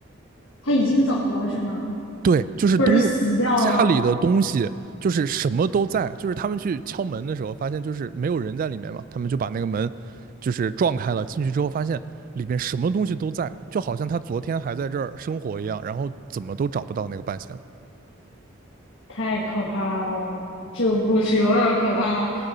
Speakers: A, on the left; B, on the right.
A: 他已经走了是吗？
B: 对，就是东
A: 或者是死掉了？
B: 家里的东西，就是什么都在，就是他们去敲门的时候，发现就是没有人在里面嘛，他们就把那个门就是撞开了，进去之后发现里面什么东西都在，就好像他昨天还在这儿生活一样，然后怎么都找不到那个半仙了。
A: 太可怕了，这个故事有点可怕，